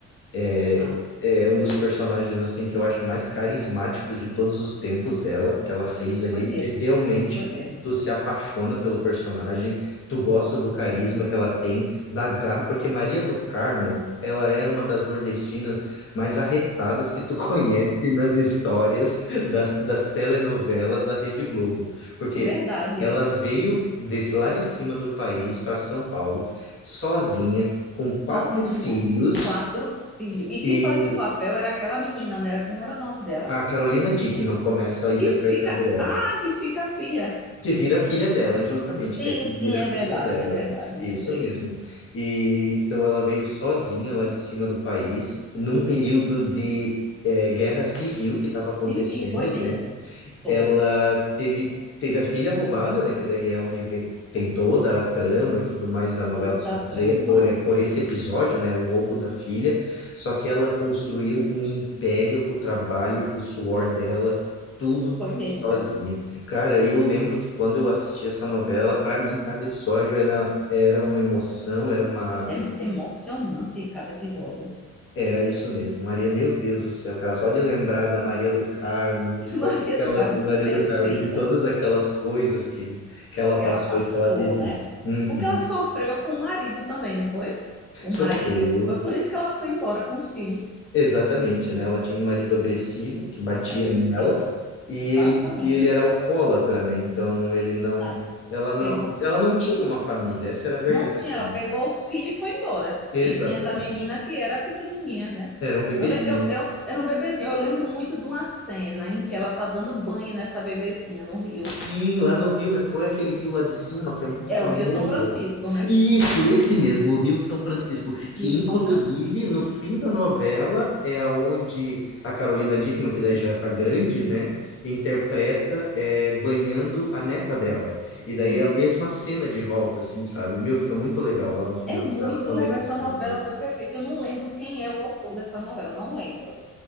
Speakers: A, on the left; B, in the centre.
A: É,
B: Tá.
A: é um dos personagens assim que eu acho mais carismáticos de todos os tempos dela, que ela fez ali,
B: Foi mesmo,
A: porque realmente
B: foi mesmo.
A: tu se apaixona pelo personagem, tu gosta do carisma que ela tem, da garra, porque Maria do Carmo, ela é uma das nordestinas mais arretadas que tu <laughs> conhece nas histórias das, das telenovelas da Rede Globo, porque
B: É verdade.
A: Ela veio desse, lá de cima do país para São Paulo, sozinha, com
B: Sozinha,
A: quatro filhos,
B: quatro filhos. E quem
A: e
B: fazia o papel era aquela menina, não era como era o nome dela?
A: a Carolina Dickman começa interpretando
B: Que fica,
A: ela,
B: ah, que fica a filha.
A: que vira a filha dela, justamente, que
B: Sim,
A: é quem
B: sim,
A: vira
B: é
A: a
B: verdade,
A: filha dela.
B: é verdade,
A: Isso
B: lembrei.
A: mesmo. E então ela veio sozinha lá de cima do país, num período de eh, guerra civil que estava acontecendo,
B: Se viu, foi mesmo.
A: né?
B: Foi.
A: Ela teve, teve a filha roubada, né? Que daí é onde vê- tem toda a trama e tudo mais da novela
B: Toda
A: se
B: a trama.
A: baseia por, por esse episódio, né? O roubo da filha. Só que ela construiu um império com o trabalho e com o suor dela, tudo
B: Foi mesmo,
A: sozinha.
B: viu?
A: Cara, eu lembro
B: Foi.
A: que quando eu assisti essa novela, para mim cada episódio era, era uma emoção, era uma
B: É emocionante cada episódio.
A: era isso mesmo, Maria, meu Deus do céu, cara, só de lembrar da Maria do Carmo e
B: <laughs>
A: de
B: Maria
A: todas aquelas,
B: do Carmo,
A: Maria
B: perfeita.
A: do Carmo, e de todas aquelas coisas que, que ela
B: que
A: passou
B: ela passou,
A: e que ela viveu.
B: né?
A: Uhum.
B: Porque ela sofreu com o marido também, não foi? O marido,
A: Sofreu,
B: foi por isso que ela foi embora com os filhos.
A: exatamente, né? Ela tinha um marido agressivo que batia
B: Agressivo.
A: nela
B: Exatamente.
A: e ele, e ele era alcoólatra, né? Então ele não,
B: Ah,
A: ela não,
B: Pegou,
A: ela não tinha uma família, essa era a verdade,
B: não tinha, ela
A: né?
B: pegou os filhos e foi embora.
A: Exatamente.
B: E tinha essa menina que era pequenininha, né?
A: Era um bebezinho.
B: Eu, le- eu, eu era um bebezinho. Eu lembro muito de uma cena em que ela tá dando banho nessa bebezinha no rio.
A: Sim, lá no Rio, né? Qual é aquele rio lá de cima que é muito
B: É
A: famoso?
B: o Rio São Francisco, né?
A: Isso, esse mesmo, o Rio São Francisco,
B: Rio
A: que inclusive
B: São Francisco.
A: no fim da novela é aonde a Carolina Dickman, que daí já tá grande, né, interpreta é, banhando a neta dela. E daí
B: Isso.
A: é a mesma cena de volta, assim, sabe? Meu, fica muito legal lá no fim
B: É
A: da
B: muito
A: novela quando
B: legal,
A: eles
B: essa
A: fazem
B: novela foi perfeita. Eu não lembro quem é o autor dessa novela, não lembro.